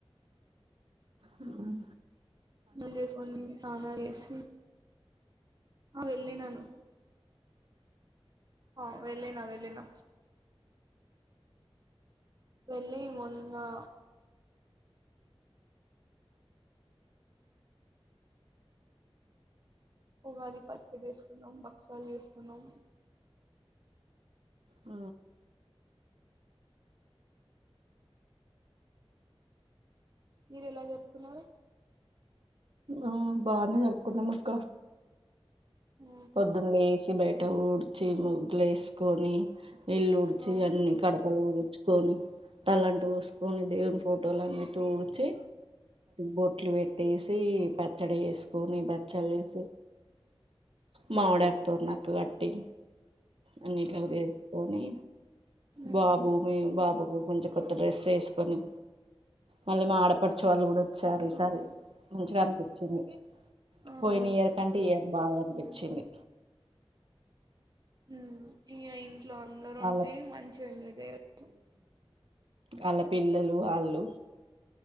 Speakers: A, on the right (about 65°); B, on the right (about 45°).
A: హ్మ్
B: నూల్ చేసుకోనీ తిని సానా చేసి ఆ వెళ్ళినాను ఆ వెళ్ళినా వెళ్ళినా వెళ్ళి మొన్నా ఉగాది పచ్చి తీసుకున్నాం బ సల్ చూస్కున్నాం
A: ఊ
B: మీరు ఎలా చెప్తున్నారు
A: ఆ బానే నర్కుతున్న మక్క
B: ఆ
A: పొద్దునే వసి బయట ఊడ్చి ముగ్గులు వేసుకొని ఇల్లు ఉడిచి
B: ఆ ఉమ్
A: అన్ని కడపలు ఊడిచి కొని తలంటు పోసుకొని దేవుని ఫోటోలన్నీ తూడ్చి బోట్ ఇట్లు పెట్టేసి పచ్చడి వేసుకొని బచ్చలు వేసి మావిడాకుతోరణాలు కట్ టి అనేట్ ఉద పోనీ
B: ఉమ్
A: బాబు మీ బాబ్ కొంచెం కొత్త డ్రెస్ వేసుకొని మళ్ళీ మా ఆడపడిచు వాళ్ళు కూడా సరే
B: అవును
A: సరే మంచిగా అం వచ్చన్
B: ఆహా
A: పోయిన ఇయర్ కంటే ఈ ఇయర్ బాగా అనిపించింది
B: ఉమ్ ఉం ఇంగా లో అందరు
A: వాళ్ళ
B: ఉంటే మంచిగా ఎంజాయ్ చేయొచ్చు
A: వాళ్ళ పిల్లలు వాళ్ళు